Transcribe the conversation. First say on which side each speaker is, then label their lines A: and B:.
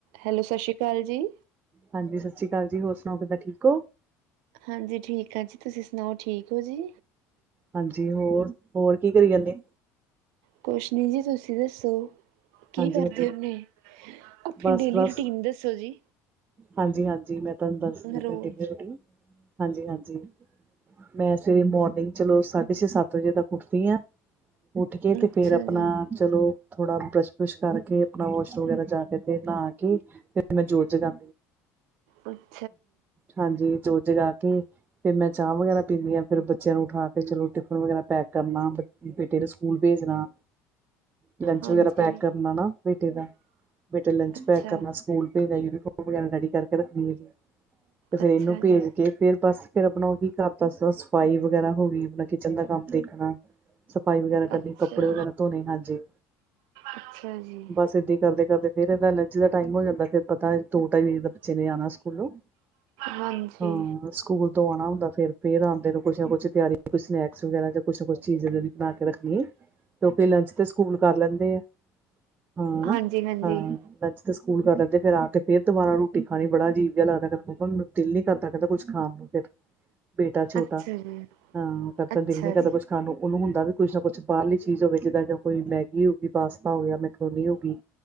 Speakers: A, on the right; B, on the right.
A: Hello, ਸਤਿ ਸ਼੍ਰੀ ਅਕਾਲ ਜੀ।
B: ਹਾਂਜੀ, ਸਤਿ ਸ੍ਰੀ ਅਕਾਲ ਜੀ ਹੋਰ ਸੁਣਾਓ ਕਿੱਦਾਂ ਠੀਕ ਹੋ।
A: ਹਾਂਜੀ, ਠੀਕ ਆ ਜੀ ਤੁਸੀਂ ਸੁਣਾਓ ਠੀਕ ਹੋ ਜੀ।
B: ਹਾਂਜੀ ਹੋਰ, ਹੋਰ ਕੀ ਕਰੀ ਜਾਂਦੇ।
A: ਕੁਛ ਨਹੀਂ ਜੀ, ਤੁਸੀਂ ਦੱਸੋ! ਕੀ
B: ਹਾਂਜੀ
A: ਕਰਦੇ
B: ਹਾਂਜੀ
A: ਉਹਨੇ, ਆਪਣੀ
B: ਬਸ
A: ਡੇਲੀ
B: ਬਸ
A: ਰੂਟੀਨ ਦੱਸੋ ਜੀ।
B: ਹਾਂਜੀ, ਹਾਂਜੀ ਮੈਂ ਤੁਹਾਨੂੰ ਦੱਸਦੀ ਹਾਂ। ਆਪਣੀ
A: ਰੋਜ਼
B: ਡੇਲੀ ਰੁਟੀਨ। ਹਾਂਜੀ -ਹਾਂਜੀ ਮੈਂ ਸਵੇਰੇ ਮੋਰਨਿੰਗ ਚਲੋ, ਸਾਢੇ ਛੇ ਸੱਤ ਵਜੇ ਤੱਕ ਉੱਠਦੀ ਆ। ਉੱਠ ਕੇ
A: ਅੱਛਾ
B: ਤੇ ਫੇਰ ਆਪਣਾ।
A: ਜੀ
B: ਚਲੋ ਥੋੜਾ ਬਰੱਸ਼ ਬੁਰਸ਼ ਕਰਕੇ, ਆਪਣਾ ਵਾਸ਼ਰੂਮ ਵਗੈਰਾ ਜਾ ਕੇ, ਤੇ ਨਹਾ ਕੇ। ਫੇਰ ਮੈਂ ਜੋਤ ਜਗਾ।
A: ਹੱ <unintelligible>
B: ਹਾਂਜੀ, ਜੋਤ ਜਗਾ ਕੇ ਫੇਰ ਮੈਂ ਚਾਹ ਵਗੈਰਾ ਪੀ ਨੀਂ ਹਾਂ, ਫੇਰ ਬੱਚਿਆਂ ਨੂੰ ਉਠਾ ਫੇਰ ਚਲੋ ਟਿਫਨ ਵਗੈਰਾ ਪੈਕ ਕਰਨਾ, ਬੇਟੇ ਨੂੰ ਸਕੂਲ ਭੇਜਣਾ। ਲੰਚ
A: ਹਾਂਜੀ
B: ਵਗੈਰਾ ਪੈਕ ਕਰਨਾ ਨਾ ਬੇਟੇ ਦਾ, ਬੇਟੇ ਲੰਚ
A: ਅੱਛਾ
B: ਪੈਕ ਕਰਨਾ, ਸਕੂਲ ਭੇਜਨਾ ਯੂਨੀਫਾਰਮ। ਵਗੈਰਾ ਰੇਡੀ ਕਰਕੇ ਰੱਖਣੀ। ਫੇਰ
A: ਅੱਛਾ
B: ਇਹਨੂੰ ਭੇਜ
A: ਜੀ
B: ਕੇ ਫੇਰ ਬੱਸ ਫਿਰ ਆਪਣਾ ਉਹੀ ਘਰ ਦਾ, ਸਫ਼ਾਈ ਵਗੈਰਾ ਹੋ ਗਈ। ਆਪਣਾ ਕਿਚਨ ਦਾ ਕੰਮ ਦੇਖਣਾ। ਸਫ਼ਾਈ ਵਗੈਰਾ ਕਰਨੀ,
A: ਅੱਛਾ
B: ਕੱਪੜੇ ਵਗੈਰਾ ਧੋਣੇ, ਹਾਂਜੀ
A: ਅੱਛਾ ਜੀ
B: ਬੱਸ ਏਦਾਂ ਹੀ ਕਰਦੇ, ਕਰਦੇ ਫਿਰ ਇਹਦਾ ਲੰਚ ਦਾ ਟਾਈਮ ਹੋ ਜਾਂਦਾ। ਫਿਰ ਪਤਾ ਦੋ ਢਾਈ ਵਜੇ ਤੱਕ ਬੱਚੇ ਨੇ ਆਣਾ ਸਕੂਲੋ
A: ਹਾਂਜੀ
B: ਹਾਂ। ਸਕੂਲ ਤੋਂ ਆਉਣਾ ਹੁੰਦਾ, ਫੇਰ ਆਉਂਦੇ ਕੁਛ ਨਾ ਕੁਛ ਤਿਆਰੀ ਸਨੈਕਸ ਵਗੈਰਾ, ਜਾਂ ਕੁਛ ਨਾ ਕੁਛ ਚੀਜ਼ ਬਣਾ ਕੇ ਰੱਖਣੀ ਹੈ। ਤੋ ਪਹਿਲਾ‌ ਲੱਚ ਤੇ ਸਕੂਲ ਕਰ ਲੈਂਦੇ ਹੈ। ਹਾ ਨਾ
A: ਹਾਂਜੀ ਹਾਂਜੀ
B: ਹਾਂ ਲੱਚ ਤੇ ਸਕੂਲ ਕਰ ਲੈਂਦੇ ਫੇਰ ਆ ਕੇ। ਫਿਰ ਦੁਬਾਰਾ ਰੋਟੀ ਖਾਣੀ ਬੜਾ ਅਜੀਬ ਜਿਹਾ ਲੱਗਦਾ। ਕਹਦਾ ਮੰਮਾ ਮੇਨੂ ਦਿਲ ਨਹੀਂ ਕਰਦਾ ਕਹਿੰਦਾ ਕੁਛ ਖਾਣ ਨੂੰ ਫਿਰ। ਬੇਟਾ ਛੋਟਾ
A: ਅੱਛਾ ਜੀ
B: ਹਾਂ। ਕਰਦਾ
A: ਅੱਛਾ
B: ਦਿਲ ਨੀ ਕਰਦਾ
A: ਜੀ
B: ਕੁਛ ਖਾਣ ਨੂੰ ਉਹਨੂੰ ਹੁੰਦਾ ਵੀ ਕੁੱਛ ਨਾ ਕੁਛ ਬਾਹਰਲੀ ਚੀਜ਼ ਹੋਵੇ, ਜਿਦਾ ਜਾਂ ਕੋਈ ਮੈਗੀ ਹੋਗੀ, ਪਾਸਤਾ ਹੋ ਗਿਆ, ਮੈਕਰੂਨੀ ਹੋ ਗਈ।